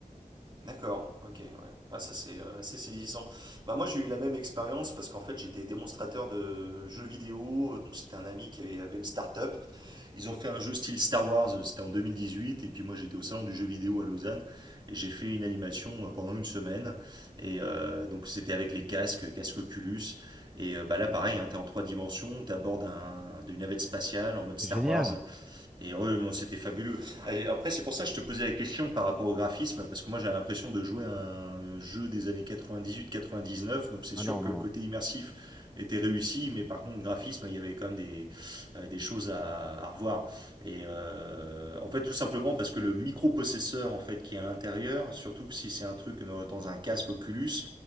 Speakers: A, on the right (about 30°); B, in the centre.
A: D'accord, ok, ouais. Ah, ça c'est euh, c'est saisissant. Bah moi j'ai eu la même expérience parce qu'en fait j'étais démonstrateur de jeux vidéo, euh, donc c'était un ami qui avait, avait une start-up Ils ont fait un jeu style Star Wars, euh, c'était en 2018, et puis moi j'étais au salon du jeu vidéo à Lausanne, et j'ai fait une animation euh, pendant une semaine, et euh, donc c'était avec les casques, euh, casque Oculus, et euh, bah là pareil, hein, tu es en trois dimensions, tu abordes un, une navette spatiale en mode
B: C'est
A: Star
B: génial.
A: Wars, et ouais, bon, c'était fabuleux. Et après, c'est pour ça que je te posais la question par rapport au graphisme, parce que moi j'avais l'impression de jouer à un jeu des années quatre-vingt-dix-huit, quatre-vingt-dix-neuf. donc c'est
B: Ah
A: sûr
B: non,
A: que
B: non,
A: le
B: non.
A: côté immersif était réussi, mais par contre, le graphisme, il y avait quand même des, euh, des choses à, à revoir. Et euh, en fait, tout simplement parce que le microprocesseur en fait, qui est à l'intérieur, surtout que si c'est un truc dans, dans un casque Oculus,